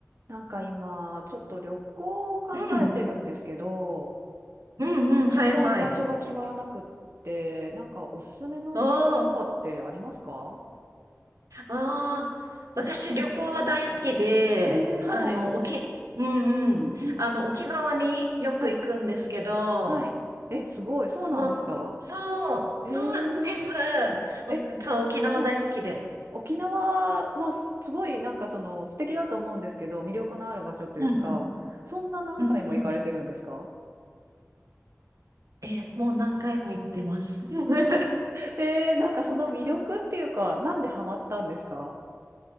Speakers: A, on the right; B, on the right.
A: なんか今、ちょっと旅行を考えてるんですけど、
B: うん、うん、
A: 全然場所が決まらなくって、
B: うん、はい、はい。
A: なんかおすすめの場所とかってありますか
B: おー、あー、私旅行は大好きで、
A: えー、はい。
B: あの、沖、うんうん、
A: うんうん。
B: あの、沖縄によく行くんですけど、
A: はい。はい。え、すごい。そうなんですか
B: その、そう、
A: えー、
B: そうなんです。おそう、
A: え、
B: 沖縄大好きで。
A: はい。沖縄はすすごいなんかその素敵だと思うんですけど、魅力のある場所というか、
B: うんうん、
A: そんな何回も行かれてるんですか
B: うんうん。え、もう何回も行ってます。
A: はい。
B: <laughs> うん
A: えー、なんかその魅力っていうか、なんでハマったんですか